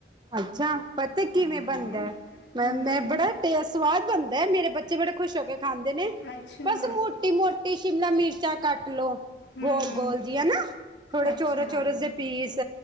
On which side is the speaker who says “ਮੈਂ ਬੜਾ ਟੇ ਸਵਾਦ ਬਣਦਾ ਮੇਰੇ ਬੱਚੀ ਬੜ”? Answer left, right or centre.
Right